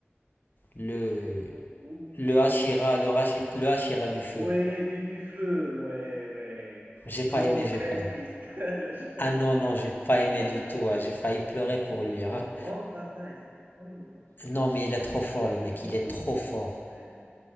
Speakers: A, on the left (about 50°); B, on the right (about 45°).
A: le,
B: Rengoku.
A: le Hashira, le, Hashi- le Hashira du feu.
B: Ouais, du, du feu. Ouais, ouais.
A: J'ai pas
B: Un moment
A: aimé, j'ai
B: très
A: pas aimé.
B: triste. <laughs> Je-
A: Ah non, non, j'ai pas
B: Un
A: aimé
B: moment,
A: du tout. hein. J'ai failli
B: ouais.
A: pleurer pour lui. hein.
B: Une grande bataille. C'était vraiment une grande
A: Non,
B: bataille.
A: mais il est trop fort,
B: Il s'est battu
A: le mec.
B: jusqu'au
A: Il est trop
B: bout.
A: fort.
B: Ah, elle était